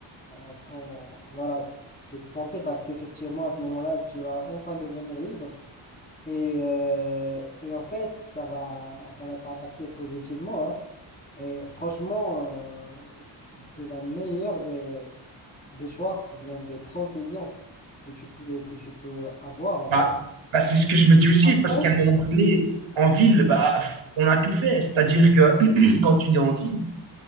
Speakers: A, on the left; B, on the right.
A: euh, ton, voilà, cette pensée parce qu'effectivement, à ce moment-là, tu vas enfin devenir libre. Et, euh, et en fait, ça va, ça va t'impacter positivement, hein. Et franchement, euh, c'est c'est la meilleure des, des choix ou bien des transitions que tu peux, que tu peux avoir, en fait.
B: Bah, bah, c'est ce que je me dis aussi,
A: Après,
B: parce qu'à un moment donné, en ville, bah, on a tout fait. C'est-à-dire que <clears throat> quand tu es en ville,